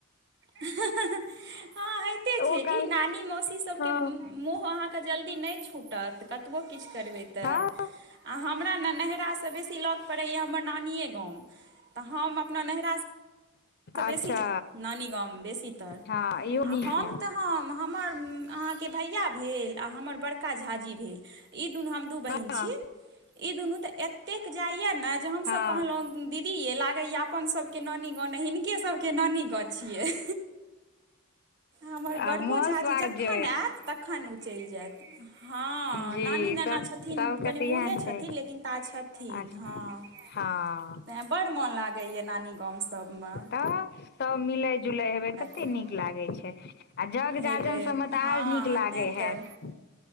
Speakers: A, on the right (about 55°); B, on the left (about 50°).
A: हँ, होइते छै
B: ओ
A: कि
B: काल
A: नानी मौसी सबके-
B: हँ
A: - मुह अहाँके जल्दी नहि छूटत कतबो किछु करबै- - तऽ
B: हँ
A: आ हमरा ने नैरासँ बेसी लग पड़ैए हमर नानिए गाम- - तऽ हम अपना नैहरा स- - त
B: अच्छा
A: बेसीजे नानी गाम बेसीतर
B: हँ इहो
A: आ
B: नीक
A: हम
B: य
A: तऽ- - हम हमर अहाँके भैया भेल आ हमर बड़का झाजी भेल ई दुनू हम- - दु बहिन
B: हँ
A: छि ई दुन ए तेऽक जाईए न हम
B: हँ
A: सब कहलो दी- - दिे यई लागे या अपन सबके के नानी गांव नई हिनके- - हिनके सब के नानी गांव छिए। हमर बड़को
B: आ मोन
A: ओझाजी
B: स्वागत
A: जखन
B: जे होय।
A: एत तखन ओ चलि जेता। हँ
B: जी
A: नानी नाना
B: सब
A: छथिन
B: सबके
A: कनि
B: तऽ इएह
A: बूढ़े
B: ने चाही
A: छथिन लेकिन ता छथिन
B: अच्छा
A: हँ- -
B: हँ-
A: तैँ
B: -
A: बड्ड मोन लागैए नानी गामसभमे --
B: तऽ त मिलेई- - जुलै हेबै कते
A: कऽ
B: नीक लागै छै, आ जग
A: हेबै
B: जाजन सबमे तऽ
A: हँ
B: आर नीक लागे
A: तैँ तऽ
B: हैत।